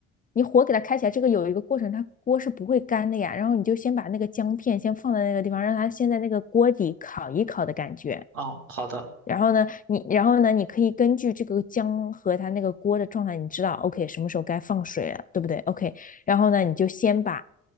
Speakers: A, on the left (about 20°); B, on the right (about 80°).
A: 你火给它开起来，这个有一个过程，它锅是不会干的呀。然后你就先把那个姜片先放在那个地方，让它先在那个锅底烤一烤的感觉。
B: 啊，好的。
A: 然后呢，你然后呢，你可以根据这个姜和它那个锅的状态，你知道 OK 什么时候该放水了，对不对？OK，然后呢，你就先把